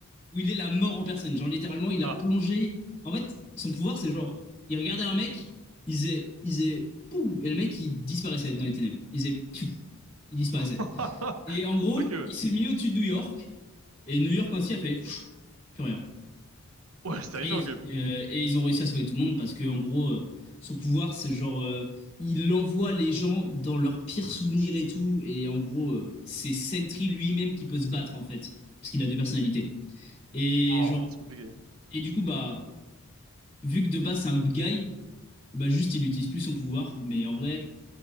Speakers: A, on the left; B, on the right.
A: où il est la mort en personne. Genre, littéralement, il
B: Ah.
A: a plongé. En fait, son pouvoir, c'est genre, il regardait un mec, il faisait, il faisait, pouh, et le mec, il disparaissait dans les ténèbres. Il faisait, piou, il disparaissait.
B: <laughs>
A: Et en gros,
B: OK. ouais.
A: il s'est mis au-dessus de New York. Et New York entier a fait pfiou, plus rien.
B: Ouais, c'est terrifiant,
A: Et, il
B: ok.
A: s'est fait, euh, et ils ont réussi à sauver tout le monde parce que, en gros, euh, son pouvoir, c'est genre, euh, il envoie les gens dans leurs pires souvenirs et tout. Et en gros, euh, c'est Sentry lui-même qui peut se battre, en fait, parce qu'il a deux personnalités. Et
B: Wow,
A: genre,
B: c'est compliqué.
A: et du coup, bah, vu que de base, c'est un good guy, bah, juste, il utilise plus son pouvoir. Mais en vrai,